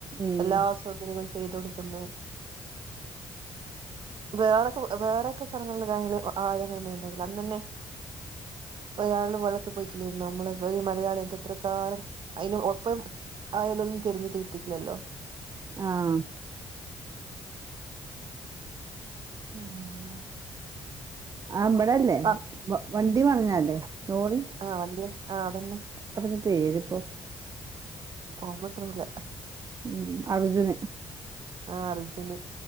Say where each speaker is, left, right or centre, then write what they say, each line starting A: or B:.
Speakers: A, on the right; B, on the right.
A: ഉം
B: എല്ലാ സൗകര്യവും. ചെയ്തുകൊടുക്കുന്നു വേറെയൊക്കെ വേറെയൊക്കെ സർക്കാർ. അങ്ങനെ കൊടുക്കാമെങ്കിൽ അവര് അങ്ങനെ മൈൻഡ് ആക്കില്ല, അന്ന് തന്നെ. ഒരാള് വെള്ളത്തിൽ പോയിട്ടില്ലായിരുന്നോ നമ്മടെ ഇവിടെ മരി അയാൾ എത്രകാലം അതിന് ഒപ്പം ആയാലൊന്നും തിരഞ്ഞിട്ട് കിട്ടിട്ടില്ലല്ലോ.
A: ആഹ്
B: പിന്നെ
A: ആഹ് ഇവിടെയല്ലേ
B: ആ
A: വണ്ടി മറിഞ്ഞതല്ലേ ലോറി.
B: ആഹ് വണ്ടി മറിഞ്ഞ് ആഹ് അതെന്നെ.
A: അതിനു പേര് ഇപ്പൊ.
B: ഓർമ്മ കിട്ടുന്നില്ല.
A: ഉം അർജുനെ
B: ആഹ് അർജുൻ തന്നെ.